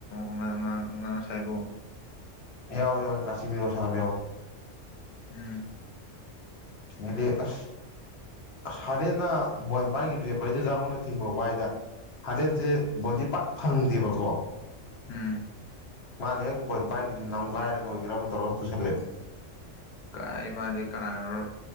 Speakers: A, on the left; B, on the left.
A: ꯉ ꯉꯥꯡ ꯉ ꯁꯥꯏꯕꯨꯣ
B: ꯌꯥꯎ ꯌꯥꯎ ꯀꯁꯤꯃꯤꯔꯣꯁꯅ ꯌꯥꯎ
A: ꯎꯝ
B: ꯌꯦꯗꯤ ꯑꯁ ꯑꯁ ꯍꯗꯦꯅ ꯕꯣꯏ ꯄꯥꯏꯈꯤꯕꯁꯦ ꯄ꯭ꯔꯖ ꯥꯉꯅ ꯊꯤꯡꯕ ꯋꯥꯏꯗ ꯍꯗꯦꯟꯁꯦ ꯕꯣꯟꯗꯤꯦ ꯄꯥꯛ ꯐꯪꯗꯦꯕꯀꯣ
A: ꯎꯝ
B: ꯃꯥꯅꯦ ꯍꯦꯛ ꯄꯣꯏ ꯄꯥꯏꯈꯤꯕꯁꯤ ꯅꯪꯒꯥꯏꯔꯒ ꯑꯣꯏꯒꯦꯔꯥ ꯑꯃ ꯇꯧꯔꯒ ꯑꯃ ꯄꯨꯁꯤꯜꯂꯦꯕ
A: ꯑꯩ ꯃꯥꯗꯤ ꯀꯅꯥꯅꯣ